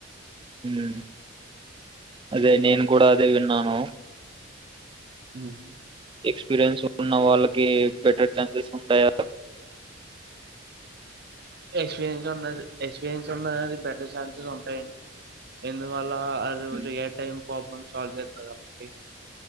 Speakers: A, on the right; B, on the right.
A: ఉమ్ అదే నేను కూడా అదే విన్నాను.
B: ఉహ్
A: ఎక్స్పీరియన్స్ ఉన్న వాళ్ళకి, బెటర్ ఛాన్సెస్ ఉంటాయా?
B: ఎక్స్పీరియన్స్ ఉన్డదు, ఎక్స్పీరియన్స్ ఉన్నది బెటర్ ఛాన్సెస్ ఉంటాయండి. ఎందువల్ లా అదోదిలేయ్
A: ఉమ్,
B: టైం ప్రబ్లం సల్వ్ చేతదా బట్టి